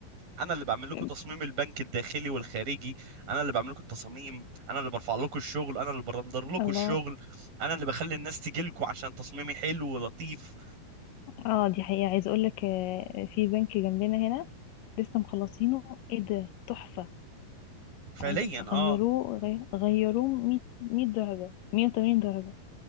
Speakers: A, on the right; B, on the left.
A: انا اللي بعمل لكم
B: آه،
A: تصميم البنك الداخلي والخارجي انا اللي بعمل لكم التصاميم انا اللي برفع لكم الشغل انا اللي برندر لكم
B: الله
A: الشغل انا اللي بخلي الناس تجي لكم عشان تصميمي حلو ولطيف
B: اه دي حقيقه عايز اقول لك آه، في بنك جنبنا هنا لسه مخلصينه ايه ده تحفه
A: فعليا
B: عايز
A: اه
B: غيروه غي- غيروه 100 100 درجه 180 درجه